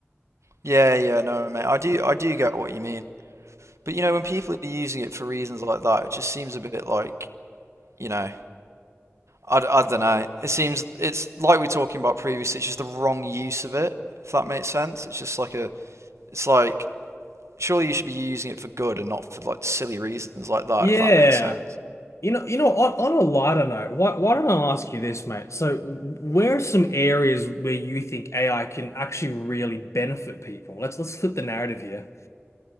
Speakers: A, on the right; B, on the left.
A: Yeah, yeah. No, mate. I do I do get what you mean. But you know, when people are using it for reasons like that, it just seems a bit like, you know. I, I don't know. It seems it's like we were talking about previously. It's just the wrong use of it. If that makes sense, it's just like a. It's like surely you should be using it for good and not for like silly reasons like that.
B: Yeah.
A: If that makes sense.
B: You know, you know, on, on a lighter note, why why don't I ask you this, mate? So, w- where are some areas where you think AI can actually really benefit people? Let's let's flip the narrative here.